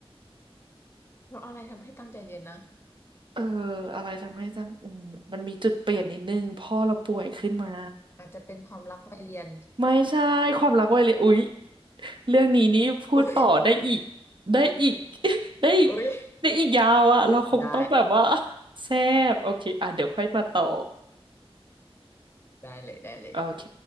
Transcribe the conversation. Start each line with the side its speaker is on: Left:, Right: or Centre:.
Left: แล้วอะไรทำให้ตั้งใจเรียนนะ
Right: เอออะไรทำให้จังอืมมันมีจุดเปลี่ยนนิดนึงพ่อเราป่วยขึ้นมา
Left: อาจจะเป็นความรักวัยเรียน
Right: ไม่ใช่ความรักวัยเรียนอุ๊ยเรื่องนี้นี่พูดต่อได้อีก
Left: <laughs> อุ้ย
Right: ได้อีก <laughs> ได้อีก
Left: อุ้ย
Right: ได้อีกยาวอะเราคงต้องแบบว่า
Left: ได้
Right: แซบโอเคอ่ะเดี๋ยวค่อยมาต่อ
Left: ได้เลยได้เลย
Right: โอเค